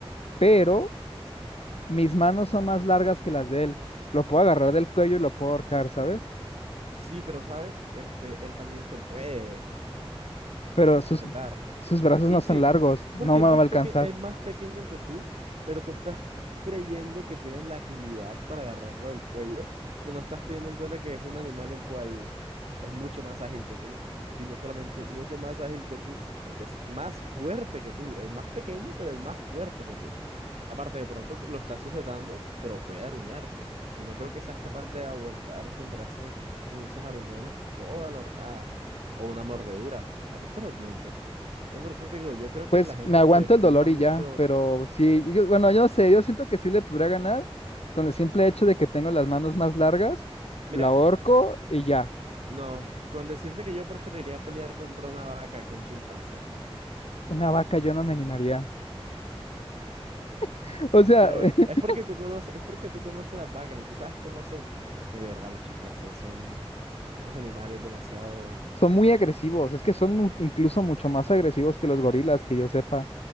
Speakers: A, on the left; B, on the right.
A: pero mis manos son más largas que las de él. Lo puedo agarrar del cuello y lo puedo ahorcar, ¿sabes?
B: sí, pero sabes, este, él también te puede
A: Pero
B: sujetar.
A: sus, sus brazos
B: Y
A: no
B: sí,
A: son largos, no
B: porque
A: me
B: es más
A: va a alcanzar.
B: peque- es más pequeño que tú, pero tú estás creyendo que tiene la agilidad para agarrarlo del cuello, pero no estás teniendo en cuenta que es un animal el cual es mucho más ágil que tú. Y no solamente es mucho más ágil que tú, sino que es más fuerte que tú. Es más pequeño, pero es más fuerte que tú. Aparte, de pronto que lo estás sujetando, pero puede aruñarte. Y no creo que seas capaz de aguantar contra esos, esos aruñones toda la horcada o una mordedura. ¿Has visto los dientes? Es por eso te digo, yo creo que
A: Pues
B: la gente
A: me aguanto
B: subestima
A: el dolor
B: mucho.
A: y ya, pero sí, yo- bueno, yo no sé, yo siento que sí le podría ganar con el simple hecho de que tengo las manos más largas,
B: Mira,
A: Lo ahorco y ya.
B: no, con decirte que yo preferiría pelear contra una vaca que un chimpancé.
A: Una vaca yo no me animaría. <laughs> O sea,
B: Pero
A: <laughs>
B: eh, es porque tú conoces, es porque tú conoces las vacas y tú sabes cómo son. Pero es que en verdad los chimpancés son unos animales demasiado.
A: son muy agresivos, es que son mu- incluso mucho más agresivos que los gorilas, que yo sepa.